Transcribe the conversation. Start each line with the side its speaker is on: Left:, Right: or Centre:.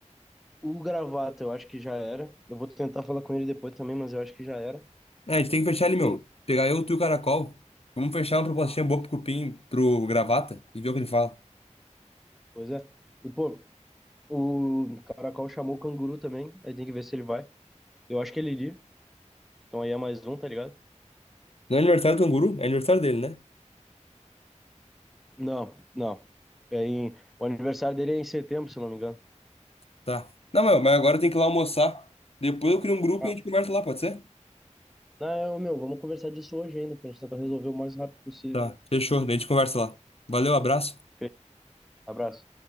Centre: O Gravata, eu acho que já era. Eu vou tentar falar com ele depois também, mas eu acho que já era.
Left: É, a gente tem que fechar ele, meu.
Centre: Tem,
Left: Pegar eu, tu e o Caracol. Vamos fechar uma propostinha boa pro Cupim, pro Gravata, e ver o que ele fala.
Centre: pois é. E, pô, o Caracol chamou o Canguru também. Aí tem que ver se ele vai. Eu acho que ele iria. Então aí é mais um, tá ligado?
Left: Não é aniversário do Canguru? É aniversário dele, né?
Centre: Não, não. É em... O aniversário dele é em setembro, se eu não me engano.
Left: Tá. Não, meu, mas agora tem que ir lá almoçar. Depois eu crio um grupo
Centre: Ah,
Left: e a gente conversa lá, pode ser?
Centre: não, meu, vamos conversar disso hoje ainda, pra gente tentar resolver o mais rápido possível.
Left: Tá, fechou. Daí a gente conversa lá. Valeu, abraço.
Centre: Fe- Abraço.